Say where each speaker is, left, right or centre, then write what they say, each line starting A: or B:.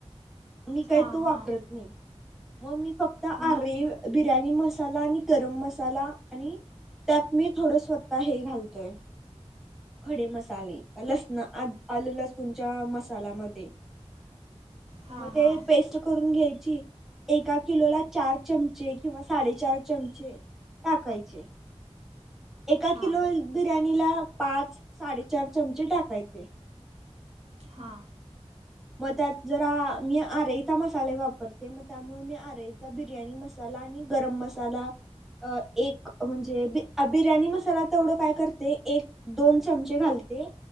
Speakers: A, in the centre; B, on the right (about 70°).
A: मी काही
B: हां
A: तो वापरत
B: हां
A: नाही. मग मी फक्त
B: मग
A: आरे बिर्याणी मसाला आणि गरम मसाला आणि त्यात मी थोडं स्वतः हे घालतोय खडे मसाले. लसण आ आल लसूणच्या मसाल्यामध्ये.
B: हां
A: म ते
B: हां
A: पेस्ट करून घ्यायची. एका किलो ला चार चमचे किंवा साडे चार चमचे टाकायचे. एका
B: हां
A: किलो बिर्याणीला पाच साडेचार चमचे टाकायचे.
B: हा.
A: मग त्यात जरा. मी आरईचा मसाले वापरते मग त्यामुळे मी आरईचा बिर्याणी मसाला आणि गरम मसाला अ एक म्हणजे बिर्याणी मसाला तेवढं काय करते एक दोन चमचे घालते.